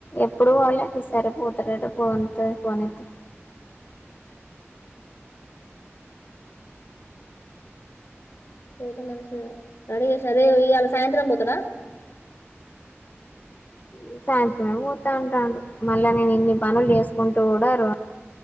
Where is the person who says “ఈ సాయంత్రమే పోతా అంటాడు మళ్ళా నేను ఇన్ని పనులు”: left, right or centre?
Left